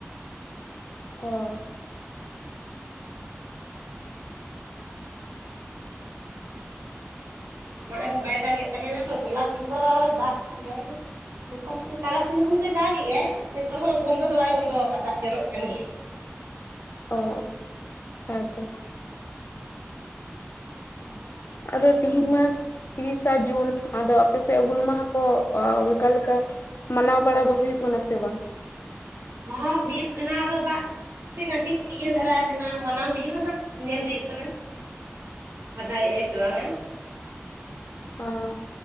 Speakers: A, on the left (about 55°); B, on the right (about 75°).
A: ᱚ
B: ᱢᱟᱲᱟᱝ ᱵᱟᱭ ᱫᱟᱜ ᱮᱫ ᱛᱟᱦᱮᱱᱟ ᱛᱚ ᱦᱚᱞᱟ ᱠᱷᱚᱱ ᱫᱚ ᱫᱟᱜ <unintelligible> ᱢᱚᱴᱟᱢᱩᱴᱤ ᱛᱟᱨᱟᱥᱤᱧ ᱠᱷᱚᱱ ᱫᱚᱭ ᱫᱟᱜ ᱮᱭᱟᱭ ᱱᱤᱛᱚᱜ ᱦᱚᱸ ᱵᱚᱱᱫᱚ ᱫᱚ ᱵᱟᱭ ᱵᱚᱱᱫᱚ ᱟᱠᱟᱫ ᱫᱟᱜ ᱡᱚᱨᱚᱜ ᱠᱟᱱ ᱜᱮᱭᱟ ᱾
A: ᱚ <unintelligible> ᱦᱮᱸ ᱛᱚ
B: <unintelligible>
A: ᱟᱫᱚ ᱛᱮᱦᱮᱧ ᱢᱟ ᱛᱤᱨᱤᱥᱟ ᱡᱩᱱ ᱟᱫᱚ ᱟᱯᱮᱥᱮᱫ ᱦᱩᱞ ᱢᱟᱦᱟ ᱠᱚ ᱚᱱᱠᱟ ᱞᱮᱠᱟ ᱢᱟᱱᱟᱣ ᱵᱟᱲᱟᱣ ᱫᱚ ᱦᱩᱭᱩᱜ ᱠᱟᱱᱟ ᱥᱮ ᱵᱟᱝ?
B: ᱦᱚᱸ ᱦᱩᱭᱩᱜ ᱠᱟᱱᱟ ᱟᱫᱚ ᱫᱟᱜ ᱛᱮ ᱠᱟᱹᱴᱤᱡ ᱤᱭᱟᱹ ᱫᱷᱟᱨᱟ ᱟᱠᱟᱱᱟ ᱢᱟᱱᱟᱣ ᱦᱩᱭᱩᱜᱼᱟ ᱱᱟᱦᱟᱜ ᱧᱮᱞ ᱦᱩᱭᱩᱜ ᱠᱟᱱᱟ ᱥᱟᱫᱟᱭ ᱮᱫᱟ ᱥᱮ ᱵᱟᱝ-ᱟ
A: ᱦᱚᱸ